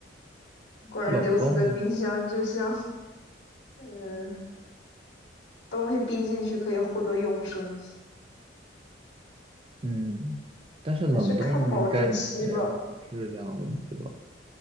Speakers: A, on the left; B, on the right.
A: 果然刘子的冰箱就像，
B: 冷冻，
A: 嗯，东西冰进去可以获得永生。
B: 嗯，但是冷冻应该没有质量问题吧？
A: 还是看保质期吧，